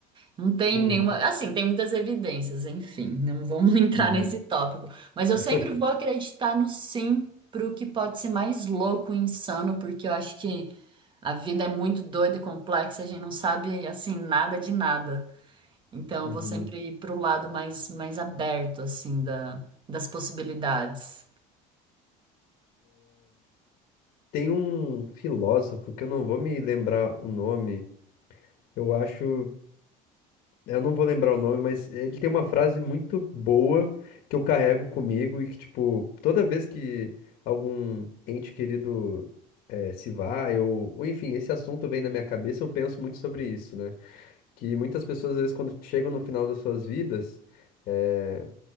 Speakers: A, on the right; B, on the left.
A: Não tem
B: Uhum.
A: nenhuma. Assim, tem muitas evidências, enfim, não vamos <laughs> entrar
B: Uhum.
A: nesse tópico. Mas eu
B: <laughs>
A: sempre vou acreditar no sim pro que pode ser mais louco e insano, porque eu acho que. A vida é muito doida e complexa, a gente não sabe assim nada de nada. Então
B: Uhum.
A: eu vou sempre ir pro lado mais mais aberto assim da, das possibilidades.
B: Tem um filósofo que eu não vou me lembrar o nome, eu acho Eu não vou lembrar o nome, mas ele tem uma frase muito boa que eu carrego comigo e que, tipo, toda vez que algum ente querido eh, se vai, ou, ou enfim, esse assunto vem na minha cabeça, eu penso muito sobre isso, né? Que muitas pessoas, às vezes, quando chegam no final das suas vidas, eh,